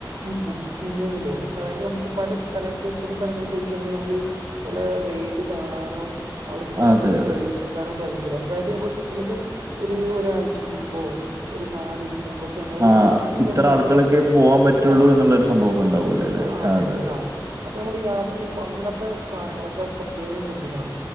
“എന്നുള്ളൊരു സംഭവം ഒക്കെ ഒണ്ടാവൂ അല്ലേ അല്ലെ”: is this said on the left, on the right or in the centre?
Right